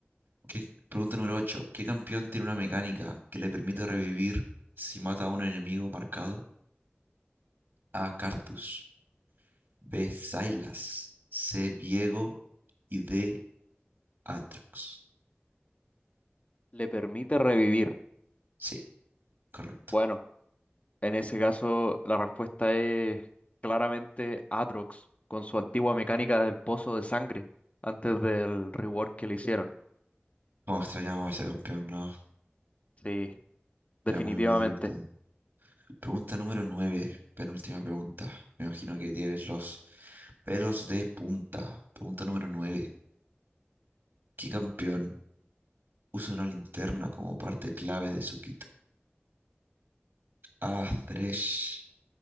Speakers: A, on the right (about 60°); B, on the left (about 35°).
A: ¿Qué- pregunta número 8. ¿Qué campeón tiene una mecánica que le permite revivir si mata a un enemigo marcado? A. Cartus. B. Sylas. C. Viego. Y D. Atrox.
B: ¿Le permite revivir?
A: Sí, correcto.
B: Bueno, en ese caso la respuesta es claramente Atrox con su antigua mecánica del pozo de sangre antes del rework que le hicieron.
A: Cómo extrañamos a ese campeón, ¿no?
B: Sí, definitivamente.
A: Era muy, muy divertido. Pregunta número 9. Penúltima pregunta. Me imagino que tienes los pelos de punta. Pregunta número 9. ¿Qué campeón usa una linterna como parte clave de su kit? A. Thresh.